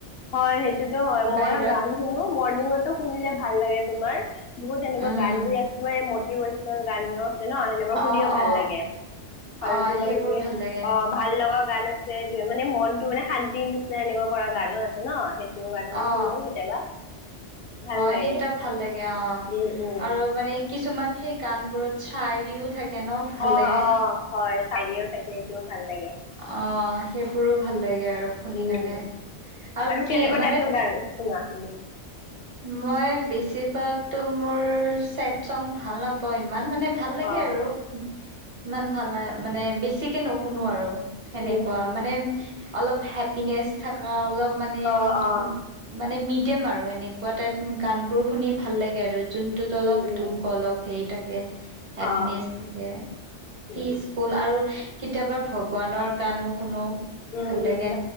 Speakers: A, on the left; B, on the right.
A: হয় সেইটোতো হয় মই
B: বাহিৰত
A: গান শুনো মৰ্ণিঙতো শুনিলে ভাল লাগে তোমাৰ। বহুত এনেকুৱা
B: উম
A: গান বোৰ আছে তোমাৰ এই মটিভেশচল গানৰ। ন সেনেকুৱা
B: অ
A: শুনিও ভাল
B: অ
A: লাগে আৰু
B: অ
A: কিবা
B: সেইবোৰ
A: কিবি
B: ভাল লাগে
A: অ ভাল লগা। গান আছে যি মানে মনতটো মানে শান্তিৰ নিচিনা এনেকুৱা কৰা গানো আছে ন সেই তটো গান
B: অ
A: শুনো কেতিয়াবা। ভাল
B: অ
A: লাগে
B: সেইকেইতাপ ভাল লাগে অ
A: উম উম
B: আৰু মানে কিছুমান সেই গান বোৰত চাযাৰিও থাকে। ন ভাল
A: অ-অ
B: লাগে।
A: হয় চাৰও থাকে সেইটোও ভাল লাগে।
B: অ সেইবোৰো ভাল লাগে আৰু শুনি
A: উম
B: কেনে আৰু কি
A: কেনেকুৱা
B: মানে।
A: টাইপৰ গান শুনা তুমি
B: মই বেছিভাগতো মোৰ চছেড চং ভাল নাপাওঁ ইমান মানে। ভাল লাগে
A: অ
B: আৰু ইমান ভাল নাই মানে বেছিকে নুশুনো আৰু। সেনেকুৱা
A: উম উম
B: মানে অলপ হেপিনেচ থকা অলপ মানে
A: অ অ
B: উ মানে মিডিয়াম আৰু এনেকুৱা টাইপ গান বোৰ শুনি ভাল লাগে আৰু। যোনটোত অলপ
A: উম উম
B: দুখ অলপ হেই থাকে। হেপিনেচ
A: অ
B: থাকে পিচফুল
A: উম
B: আৰু কেতিয়াবা ভগৱানৰ গানো শুনো।
A: উম
B: ভাল
A: উম
B: লাগে